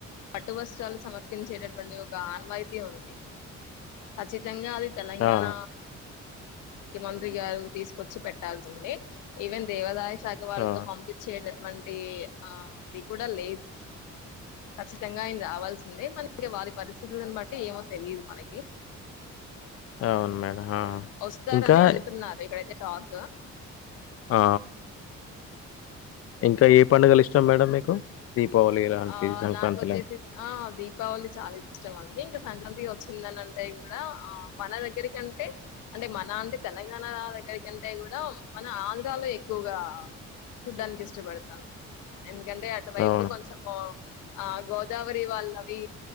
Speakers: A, on the left; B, on the left.
A: పట్టు వస్త్రాలు సమర్పించేటటువంటి ఒక ఆన్వాయితీ ఉంది ఖచ్చితంగా అది తెలంగాణ
B: ఆ!
A: ముఖ్యమంత్రి గారు తీసుకొచ్చి పెట్టాల్సిందే ఈవెన్ దేవాదాయ విశాగ వాళ్ళతో
B: ఆ!
A: పంపించేటటువంటి ఆ ఇది కూడా లేదు కఖచ్చితంగా ఆయన రావాల్సిందే మన వారి పరిస్థితులని బట్టి ఏమో తెలియదు మనకి
B: అవును మేడం ఆ!
A: వస్తారని
B: ఇంకా
A: అంటున్నారు ఇక్కడైతే షాక్
B: ఆ ఇంకా ఏ పండుగలు ఇష్టం మేడం మీకు దీపావళి ఇలాంటి
A: ఆ
B: సంక్రాంతి
A: నాకుొచ్చేసి
B: ఇలాంటి
A: ఆ దీపావళి చాలా ఇష్టం అండి ఇంకా సంక్రాంతి వచ్చిందన అంటే ఇక్కడ మన దగ్గరికంటే అంటే మన అంటే తెలంగాణ దగ్గర కంటే కూడా మన ఆంధ్రాలో ఎక్కువగా చూడ్డానికి ఇష్టపడతాను ఎందుకంటే అటువైపు
B: అవును
A: కొంచెం ఆ గోదావరి వాళ్ళవి